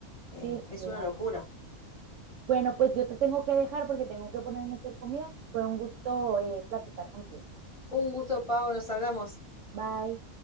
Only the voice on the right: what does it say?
Sí,
claro.
Bueno, pues yo te tengo que dejar porque tengo que ponerme a hacer comida. Fue un gusto eh, platicar contigo.
Bye.